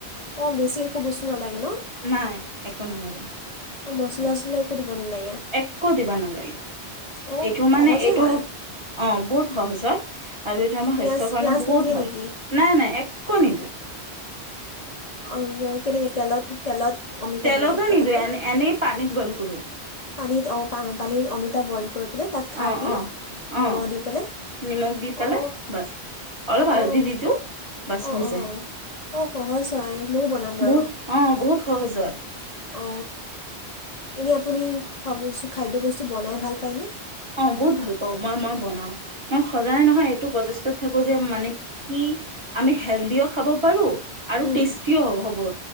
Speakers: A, on the left (about 40°); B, on the right (about 25°).
A: অঁ বেছি একো বস্তু নালাগে ন।
B: নাই একো নালাগে।
A: অঁ মছলা
B: তাত
A: চচলা একো দিব নালাগে।
B: একো দিবা নালাগে
A: অঁ
B: এইটো মানে
A: সহজে
B: এইটো
A: হয়
B: অ বহুত সহজ হয়। আৰু এইটো আমাৰ
A: পিঁয়াজ
B: শষ্যৰ কাৰণ
A: পিঁয়াজ
B: বহুত
A: নিদিয়ে
B: ভাল
A: নেকি
B: নাই নাই একো নিদিওঁ,
A: অ কেনেকে তেলত তেলত, অমিতা
B: তেলত
A: দিয়ে প্ৰথমতে
B: এনেই ধ বইল কৰো।
A: পানীত অ পা পানী অমিতা বইল কৰিব, মানে তাত খাৰ
B: অ
A: দি
B: অ অ
A: নিমখ দি পেলাই
B: নিমখ দি পেলাই
A: অ
B: বাছ অলপ হালধি
A: অ
B: দি দিওঁ বাছ
A: অ
B: হৈ
A: অ
B: যায়
A: অ সহজ হয় ময়ও বনাম বাৰু
B: বহুত অ বহুত সহজ হয়।
A: অ এনেই আপুনি খ খাদ্যবস্তু বনাই ভাল পায়নে।
B: অ বহুত ভাল পাও মই মই বনাও, মই সদায় নহয় এইটো প্ৰচেষ্টাত থাকোঁ যে মানে কি। আমি হেল্ডিও খাব পাৰো, আৰু
A: উম
B: টেষ্টিও হ'ব